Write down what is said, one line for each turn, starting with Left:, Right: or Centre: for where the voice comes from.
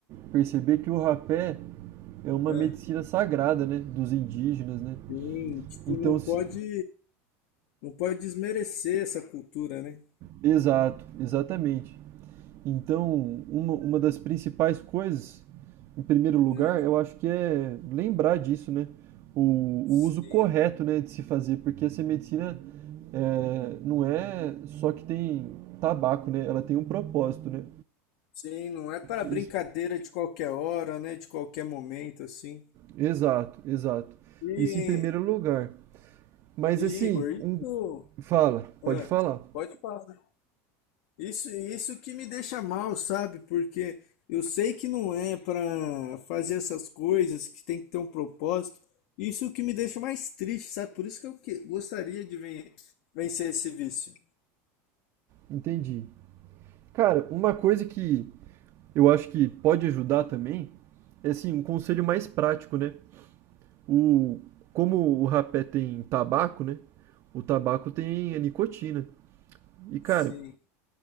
Right: perceber que o rapé é uma
Left: ah.
Right: medicina sagrada, né? Dos indígenas, né?
Left: Sim, tipo,
Right: Então,
Left: não
Right: se,
Left: pode não pode desmerecer essa cultura, né?
Right: Exato, exatamente. Então, uma, uma das principais coisas, em primeiro lugar,
Left: Ah.
Right: eu acho que é lembrar disso, né? O, o
Left: sim.
Right: uso correto, né, de se fazer, porque essa medicina é, não é só que tem tabaco, né? Ela tem um propósito, né?
Left: Sim, não é para
Right: Isso-
Left: brincadeira de qualquer hora, né? De qualquer momento, assim.
Right: exato, exato.
Left: E,
Right: Isso em primeiro lugar. Mas
Left: e,
Right: assim,
Left: Igor, isso.
Right: um- fala, pode
Left: ah,
Right: falar.
Left: pode falar. Isso, isso que me deixa mal, sabe? Porque eu sei que não é para fazer essas coisas, que tem que ter um propósito. Isso que me deixa mais triste, sabe? Por isso que eu que- gostaria de ven- vencer esse vício.
Right: Entendi. Cara, uma coisa que eu acho que pode ajudar também, é assim, um conselho mais prático, né? O, como o rapé tem tabaco, né? O tabaco tem a nicotina. E, cara,
Left: Sim,